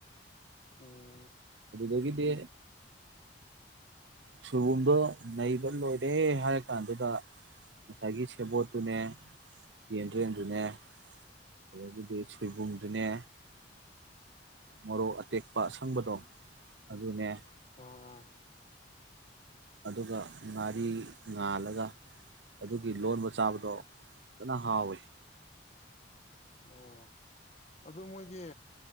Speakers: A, on the left; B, on the right.
A: ꯎꯝ
B: ꯑꯗꯨꯗꯒꯤꯗꯤ ꯁꯣꯏꯕꯨꯝꯗꯣ ꯅꯩꯕ ꯂꯣꯏꯔꯦ ꯍꯥꯏꯔ ꯀꯥꯟꯗꯨꯗ ꯉꯁꯥꯏꯒꯤ ꯁꯦꯕꯣꯠꯇꯨꯅꯦ ꯌꯦꯟꯗ꯭ꯔꯦꯝꯗꯨꯅꯦ ꯑꯗꯒꯤꯗꯤ ꯁꯣꯏꯕꯨꯝꯗꯨꯅꯦ ꯃꯣꯔꯣꯛ ꯑꯇꯦꯛꯄ ꯑꯁꯪꯕꯗꯣ ꯑꯗꯨꯅꯦ
A: ꯑꯥ ꯑꯥ
B: ꯑꯗꯨꯒ ꯉꯥꯔꯤ ꯉꯥꯜꯂꯒ ꯑꯗꯨꯒꯤ ꯂꯣꯟꯕ ꯆꯥꯕꯗꯣ ꯐꯖꯅ ꯍꯥꯎꯋꯤ
A: ꯑꯣ ꯑꯗꯨ ꯃꯣꯏꯒꯤ